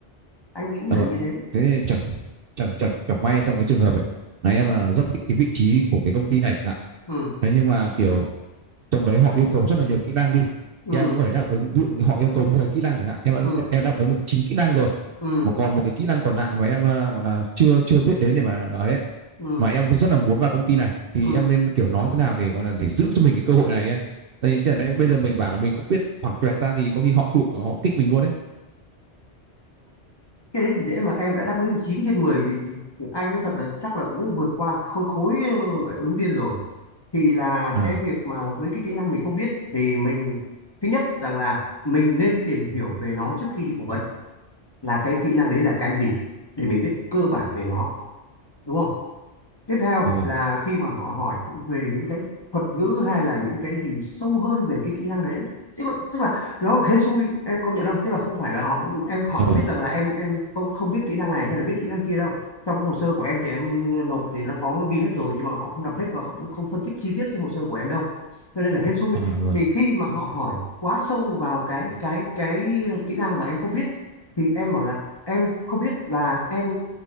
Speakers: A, on the left; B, on the right.
A: anh nghĩ
B: ờ
A: là
B: vâng
A: như thế
B: thế chẳng chẳng chẳng chẳng may trong cái trường hợp ấy là em là rất thích cái vị trí của cái công ty này chẳng hạn
A: ừ
B: thế nhưng mà kiểu trong đấy họ yêu cầu rất là nhiều kỹ năng đi
A: ừ
B: em cũng phải đáp ứng ví dụ họ yêu cầu 10 kỹ năng chẳng hạn em
A: ừ
B: đã, em đáp ứng được 9 kỹ năng rồi
A: ừ
B: mà còn một cái kỹ năng còn lại mà em à, gọi là chưa chưa biết đến để mà ấy
A: ừ
B: mà em rất là muốn vào công ty này thì
A: ừ
B: em nên kiểu nói thế nào để gọi là để giữ cho mình cái cơ hội này ấy tại vì chẳng lẽ bây giờ mình bảo là mình không biết thoảng tuẹt ra thì có khi họ đuổi họ kích mình luôn đấy
A: cái đấy thì dễ mà em đã đáp ứng được 9 trên 10 gì thì anh nói thật là chắc là cũng vượt qua khối, khối ờ, ứng viên rồi thì là
B: à
A: cái việc mà với cái kỹ năng mình không biết thì mình thứ nhất rằng là mình nên tìm hiểu về nó trước khi đi phỏng vấn là cái kỹ năng đấy là cái gì để mình biết cơ bản về nó đúng không tiếp theo
B: dạ vâng
A: là khi mà họ hỏi về những cái thuật ngữ hay là những cái gì sâu hơn về cái kỹ năng đấy tức là, tức là nó hên xui em công nhận không tức là không phải là họ em họ
B: dạ
A: có
B: vâng
A: biết rằng là em em không không biết kỹ năng này hay là biết kỹ năng kia đâu trong cái hồ sơ của em thì em nộp thì nó có ghi hết rồi nhưng mà họ không đọc hết và họ cũng không phân tích chi tiết cái hồ sơ của em đâu cho nên là hên xui
B: à vâng
A: thì khi mà họ hỏi quá sâu vào cái cái cái kỹ năng mà em không biết thì em bảo là em không biết và em